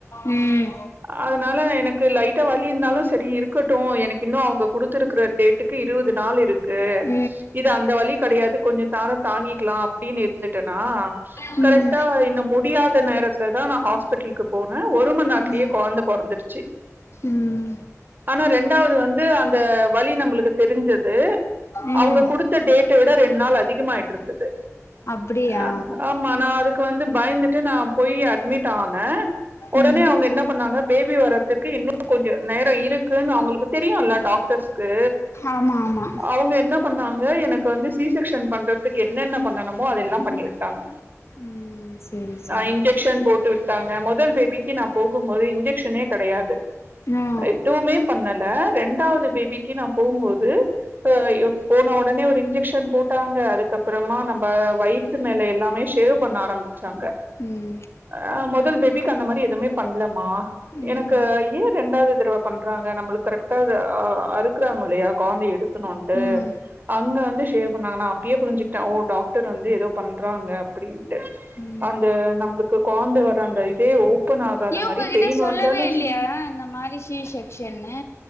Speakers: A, on the left; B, on the right.
A: ம் ம்
B: அதுனால எனக்கு லைட்டா வலி இந்தாலு செரி இருக்கட்டு எனக்கு இன்னு அவுங்க குடுத்துருக் குற டேட்டுக்கு இருவது நாள் இருக்கு
A: ம்
B: இது அந்த வலி கிடையாது கொஞ்சோ தாரோ தாங்கிக்லா அப்டின் இருந்து ட்டனா
A: ம்
B: கரெக்டா இன்ன முடியாத் த நேரத்துல தா நா ஹாஸ்பிட்லுக்கு போனே ஒரு மநேரத்துலயே
A: ம்
B: கொழந்த பொறந்துருச்சு
A: ம்
B: ஆனா ரெண்டாவ்து வந்து அந்த வலி நம்மளுக்கு தெரிஞ்சது
A: ம்
B: அவுங்க குடுத்த டேட்ட விட ரெண்ட் நாள் அதிகமாயிட்ருந்தது
A: அப்டியா
B: அ ஆமா நா அதுக்கு வந்து பயந்துட்டு நா போயி அட்மிட் ஆனே ஒடனே
A: ம்
B: அவுங்க என்ன பண்ணாங்க பேபி வர்றதுக்கு இன்னு கொஞ்சோ நேரோ இருக்குன் அவுங்களுக்கு தெரியுல டாக்டர்ஸ் கு
A: ஆமா ஆமா
B: அவுங்க என்ன பண்ணாங்க எனக்கு வந்து சி செக்க்ஷன் பண்றதுக்கு என்னென்ன பண்ணனுமோ அதெல்லா பண்ணி விட்டாங்க
A: ம் சேரி சேரி
B: நா இன்ஜெக்ஷன்
A: சேரி
B: போட் டுட்டாங்க முதல் பேபிக்கு நா போகும் போது இன்ஜெக்ஷனே கெடையாது
A: ஆ
B: எதுவுமே பண்ணல ரெண்டாவது பேபிக்கு நா போமொது ஹ இவ் போன ஒடனே ஒரு இன்ஜெக்ஷன் போட்டாங்க அதுக்கப்றோமா நம்ம வயி த்து மேல எல்லாமே ஷேவ் பண்ண ஆரம்பிச்சாங்க
A: உம்
B: ஆ மொதல் பேபிக்கு அந்த மாரி எதுவுமே பண்ணல்லமா
A: ம்
B: எனக்கு ஏன் ரெண்டாவது தரவ பண்றாங்க நம்மளுக்கு கரெக்டா அது அறுக்குறாங்கு இல்லையா காந்தய எடு க்கணுன்ட்டு
A: ம்
B: அங்க வந்து ஷேவ் பண்ணாங்க நா அப்பயே புரிஞ்சுக்கிட்டே ஓ டாக்டர் வந்து ஏதோ பண்றாங்க அப்புடின்னு
A: ம்
B: அந்த நம்மளுக்கு கொந்த வர அந்த இதே ஓபன் ஆகாத
A: ஏ
B: மாதிரி
A: உங்ககிட்ட
B: பெயின்
A: சொல்லவே
B: வந்தாலு
A: இல்லையா
B: சிம்
A: இந்த மாரி சி ஷெக்சன்னு